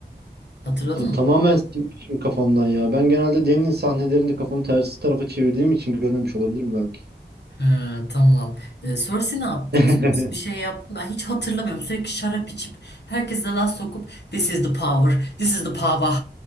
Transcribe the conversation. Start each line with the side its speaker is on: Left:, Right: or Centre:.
Left: Hatırladın
Right: Aa, tamamen
Left: mı?
Right: silmişim kafamdan ya. Ben genelde Deni'nin sahnelerinde kafamı tersi tarafa çevirdiğim için görmemiş olabilirim belki.
Left: Ha, tamam. Ee, Cersei ne yaptı?
Right: <laughs>
Left: Cersei bir şey yaptı mı? Ben hiç hatırlamıyorum. Sürekli şarap içip herkese laf sokup This is the power, this is the power